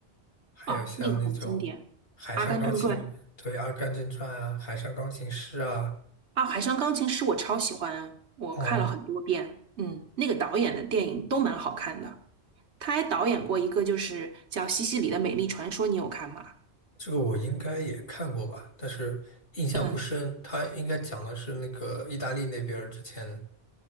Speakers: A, on the left; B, on the right.
A: 还有像那种
B: 啊，那个很经典，
A: 《海上钢琴》对《阿甘正传》啊，
B: 《阿甘正传》
A: 《海上钢琴师》啊。
B: 啊，《海上钢琴师》我超喜欢，我看了很多遍。
A: 哦，
B: 嗯，那个导演的电影都蛮好看的。他还导演过一个就是叫《西西里的美丽传说》，你有看吗？
A: 这个我应该也看过吧，但是印象不深。
B: 嗯。
A: 他应该讲的是那个意大利那边儿之前